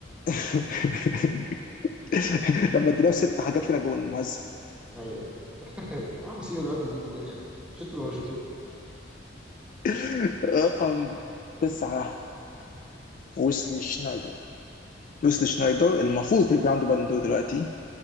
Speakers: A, on the left; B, in the centre.
A: <laughs> لما اديناه ستة جاب فينا جون موزع
B: ايوه يا عم سيب الواد يجيب جول يعني شفتوا لو ما شفتوه
A: <laughs> رقم تسعة ويسلي شنايدر ويسلي شنايدر المفروض كان يكون عنده بالون دور دلوقتي